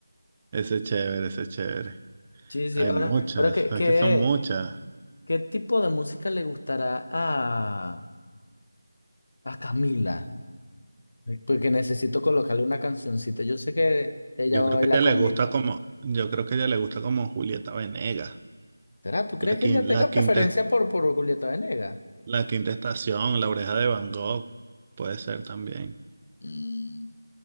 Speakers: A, on the right; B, on the left.
A: Ese es chévere, ese es chévere.
B: Sí, sí,
A: Hay
B: ahora,
A: muchas,
B: ahora ¿qué,
A: hay
B: qué,
A: que son muchas.
B: qué tipo de música le gustará a, a Camila? Eh, Porque necesito colocarle una cancioncita. Yo sé que ella
A: Yo
B: va
A: creo
B: a bailar
A: que a ella
B: conmigo.
A: le gusta como, yo creo que a ella le gusta como Julieta Venegas.
B: ¿Será? ¿Tú crees
A: La,
B: que
A: quin-
B: ella tenga
A: la
B: preferencia
A: quinta
B: por, por Julieta Venegas?
A: La Quinta Estación, La Oreja de Van Gogh, puede ser también.
B: Mm.